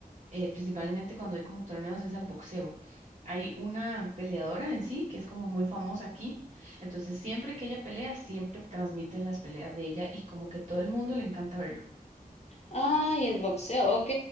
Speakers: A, on the right; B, on the left.
A: eh, principalmente cuando hay como torneos, es al boxeo. Hay una peleadora en sí que es como muy famosa aquí, entonces siempre que ella pelea, siempre transmiten las peleas de ella y como que todo el mundo le encanta verlo.
B: Ah, y el boxeo, ok.